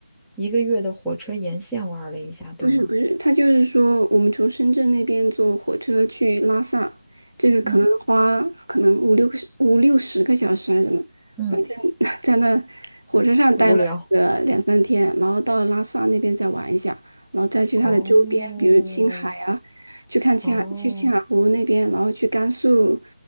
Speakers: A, in the centre; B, on the right.
A: 一个月的火车沿线玩了一下，对吗？
B: 不是不是，他就是说，我们从深圳那边坐火车去拉萨，这个可能花可能五六个五六十个小时还是怎么，
A: 嗯嗯，
B: 反正 <laughs> 在那火车上待了个两三天，
A: 无聊。
B: 然后到拉萨那边再玩一下，然后再去它的周边，
A: 哦
B: 比如青海啊，去看青海，
A: 哦，
B: 去青海湖那边，然后去甘肃，